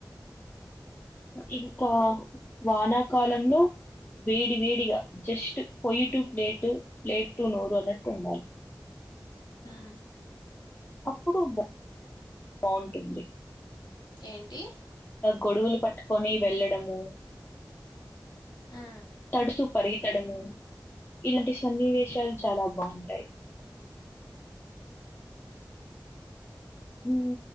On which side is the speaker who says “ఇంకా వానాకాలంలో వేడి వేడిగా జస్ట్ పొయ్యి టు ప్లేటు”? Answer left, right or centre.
Left